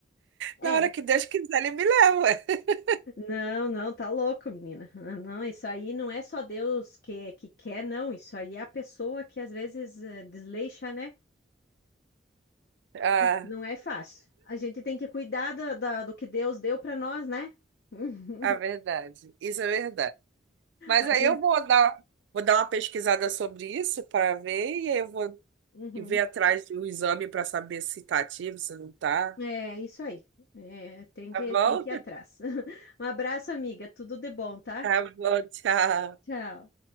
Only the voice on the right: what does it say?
Na hora que Deus quiser, ele me leva. <laughs>
Ah,
a verdade. Isso é verdade. Mas
aí
eu vou dar, vou dar uma pesquisada sobre isso para ver, e aí eu vou
ver atrás do exame para saber se tá ativo, se não tá.
Tá
bom?
<laughs>
Tá bom, tchau.